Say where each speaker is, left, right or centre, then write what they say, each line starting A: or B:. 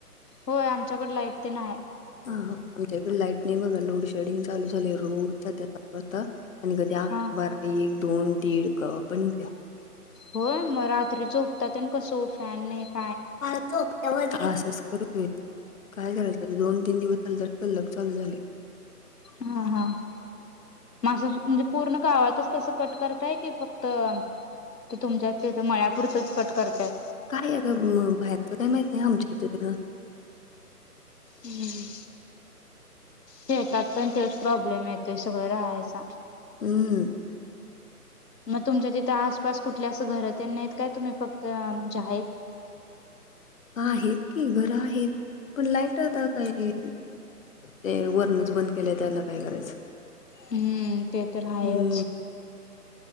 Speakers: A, on the left; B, on the left.
A: होय, आमच्याकडे लाईट तेन आहे.
B: हा आमच्या इकडे लाईट नाही बघा लोड शेडिंग चालू झाले रोज जात्या सात वाजता. आणि कधी अक
A: हा
B: बारा एक दोन दीड क पण
A: होय मग रात्री च उकतात ना कसो फॅन एक
B: पात क्सेस करतोय काय करायचं आता दोन तीन दिवस झाले तर कल्लक चालू झाले
A: हा हा मासं म्हणजे पूर्ण गावातच तस कट करतय की फक्त ते तुमच्यात तेथ मळ्यापूरचच कट करतात
B: काय अ बाहेरच काय माहित आहेय आमच्या इथ तं
A: हम्म शेतात पण तेच प्रॉब्लेम येतोय सगळं राहायचा
B: हमं
A: मग तुमच्या तिथे आसपास कुठल्या असं घरात नाहीत काय तुम्ही फक्त जा आहेतेत
B: आहेत की घर आहेत पण लाईटताच आहे ते वरणच बंद केलं त्याला काय करायचं
A: हम्म ते तर आहेच
B: हम्म